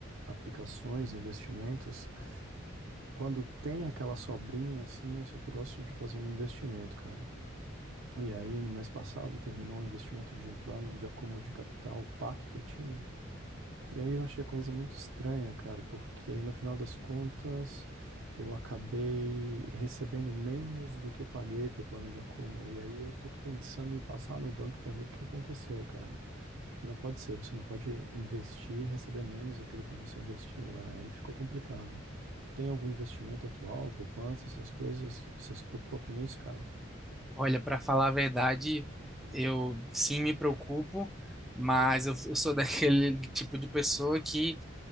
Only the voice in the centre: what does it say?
Olha, para falar a verdade, eu sim me preocupo, mas eu, eu sou <laughs> daquele tipo de pessoa que